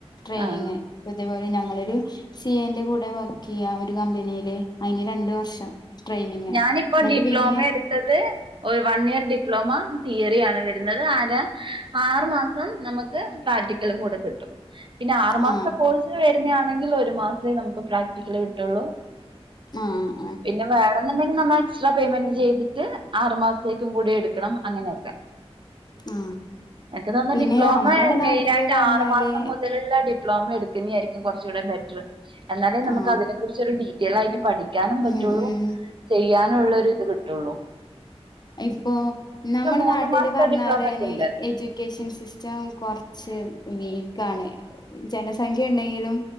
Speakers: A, on the left; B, on the right.
A: ട്രെയിനിങ്
B: ആ
A: ഇപ്പൊ ഇതേപോലെ ഞങ്ങളൊരു സി ഏന്റെ കൂടെ വർക്ക് ചെയ്യാ ഒരു കമ്പനീല് അയിന് രണ്ട് വർഷം ട്രെയിനിങ്
B: ഞാനിപ്പോ
A: എന്നിട്ട്
B: ഡിപ്ലോമ
A: പിന്നെ
B: <unintelligible> ഒരു വൺ ഇയർ ഡിപ്ലോമ തിയറി ആണ് വരുന്നത് അര ആറു മാസം നമുക്ക് പ്രാക്ടിക്കലും കൂടെ കിട്ടും പിന്നെ ആറ്
A: ആ
B: മാസത്തെ കോഴ്സിന് വരുന്നെ ആണെങ്കിൽ ഒരു മാസവേ നമുക്ക് പ്രാക്ടിക്കല് കിട്ടൂള്ളൂ
A: ആഹ്
B: പിന്നെ വേണോന്നുണ്ടെങ്കി നന്നാ എക്സ്ട്രാ പേയ്മെന്റ് ചെയ്തിട്ട് ആറ് മാസത്തേക്കും കൂടി എടുക്കണം അങ്ങനെയൊക്കെ
A: ആ
B: എനിക്ക് തോന്നുന്നേ
A: പിന്നെ
B: ഡിപ്ലോമ
A: നമ്മടെ
B: മെയിനായിട്ട്
A: നാട്ടില് പറഞ്ഞാല്
B: ആറ് മാസം മുതലുള്ള ഡി പ്ലോമ എടുക്കുന്നെ ആരിക്കും കൊറച്ചൂടെ ബെറ്റർ എന്നാലേ
A: ആ
B: നമ്മക്ക് അതിനെ കുറിച്ച് ഒരു ഡീറ്റെയിലായിട്ട് പഠി ക്കാനും പറ്റൂള്ളൂ
A: ഉം ഉം
B: ചെയ്യാനുള്ളൊരു ഇത് കിട്ടൂള്ളൂ
A: ഇപ്പൊ നമ്മുടെ
B: മൂന്ന്
A: നാട്ടില്
B: മാസത്തെ
A: പറഞ്ഞ
B: ഡിപ്ലോമക്ക്
A: പോലെ തന്നെ
B: ഉണ്ട്
A: എജു ക്കേഷൻ സിസ്റ്റം കൊറച്ച് വീക്കാണേ ജനസംഖ്യ ഉണ്ടെങ്കിലും